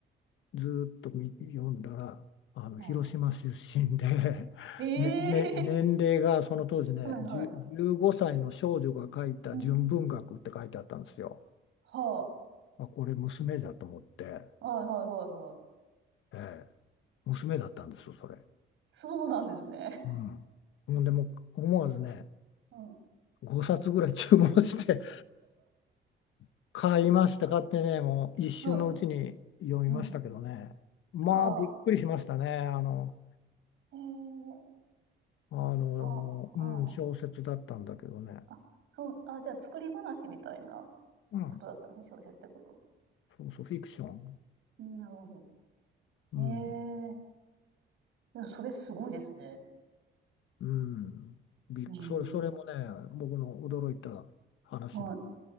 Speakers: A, on the left; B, on the right.
A: ずっとみ読んだらあの広島出身で
B: うん
A: <laughs>
B: ええ
A: ね、ね、年齢がその当時ね10
B: ー <laughs> はいはい。
A: 15歳の少女が書いた純文学って書いてあったんですよ。
B: うん。は
A: あ、これ娘だと思って、
B: あ。はいはいはいはい。
A: ええ、娘だったんですよそれ。
B: そうなんですね。
A: うん、ほんでもう思わずね
B: <laughs> うん。
A: 5冊ぐらい注文して <laughs> 買いました買ってねもう一瞬のうちに読みましたけどねまあびっくりしましたねあの、
B: はい。うん。はあ。ええ
A: あの、
B: あ、
A: うん、
B: あ
A: 小説だったんだけどね。
B: あ。あ、そう、あ、じゃあ作り話みたいな
A: うん、
B: ことだったんですね、小説ってこと。
A: そうそう、フィクション。
B: うん、なるほど。
A: うん、
B: ええでもそれすごいですね。
A: うん。びっそれ、
B: うん。
A: それもね、僕の驚いた話の
B: はい。